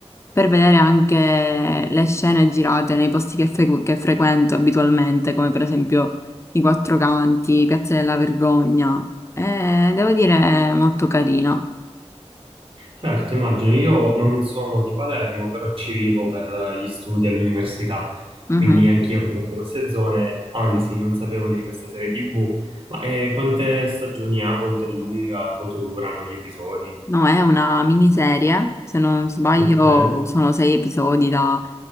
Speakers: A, on the left (about 25°); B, on the right (about 50°).
A: per vedere anche le scene girate nei posti che, fre- che frequento abitualmente, come per esempio i Quattro Canti, Piazza della Vergogna. Eh, devo dire, è molto carina.
B: Certo, immagino, io non sono di Palermo, però ci vivo per eh, gli studi all'università,
A: Mhm.
B: quindi anch'io frequento queste zone, anzi non sapevo di questa serie TV, ma eh, quante stagioni ha, quanto è lunga, quanto durano gli episodi?
A: No, è una miniserie, se non sbaglio,
B: Ok,
A: sono sei episodi da